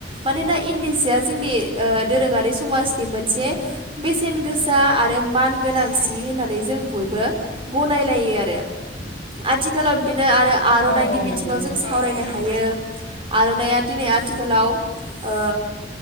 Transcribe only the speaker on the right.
मानोना इन्दि सिया जोंनि दोरोंङारि समाजनि मोनसे बेसेन गोसा आरो मान गोनांसि होननानै जों बयबो गनायलायो आरो आथिखालाव बिदिनो आरो आर'नाइनि
बिथिंङाव
जों सावरायनो हायो आर'नाइया दिनै आथिखालाव ओ